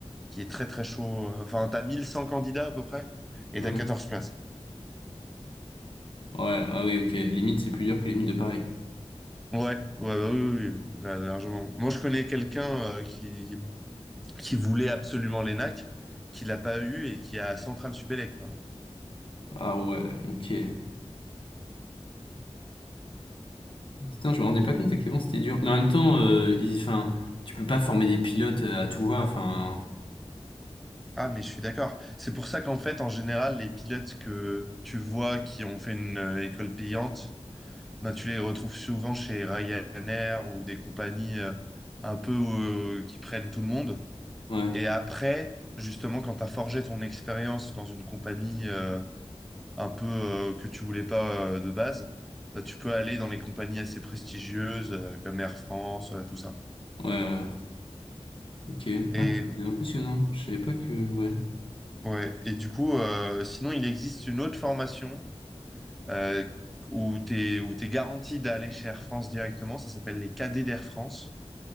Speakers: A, in the centre; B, on the left (about 50°).
A: qui est très très chaud. Enfin, t'as 1100 candidats à peu près et
B: ouais.
A: t'as 14 places.
B: Ouais, ah oui, ok. Limite, c'est plus dur que les mines de Paris, quoi.
A: Ouais, ouais, ouais, oui, oui, oui, là, largement. Moi, je connais quelqu'un euh, qui qui voulait absolument l'ENAC, qui l'a pas eu et qui a Central Supélec maintenant.
B: Ah ouais, ok. Putain, je me rendais
A: Donc,
B: pas compte à quel point c'était dur. Mais en même temps, euh, ils- enfin, tu peux pas former des pilotes euh, à tout va. Enfin,
A: ah, mais je suis d'accord. C'est pour ça qu'en fait, en général, les pilotes que tu vois qui ont fait une euh, école payante, ben, tu les retrouves souvent chez Ryanair ou des compagnies euh, un peu euh, qui prennent tout le monde.
B: ouais,
A: Et après, justement, quand tu as forgé ton expérience dans une compagnie euh, un peu euh, que tu voulais pas euh, de base, bah, tu peux aller dans les compagnies assez prestigieuses euh, comme Air France, euh, tout ça.
B: ouais, ouais. Ok.
A: Et
B: Ah, bah, c'est impressionnant. Je savais pas que. Ouais.
A: Ouais, et du coup, euh, sinon, il existe une autre formation euh, où t'es, où t'es garanti d'aller chez Air France directement. Ça s'appelle les cadets d'Air France.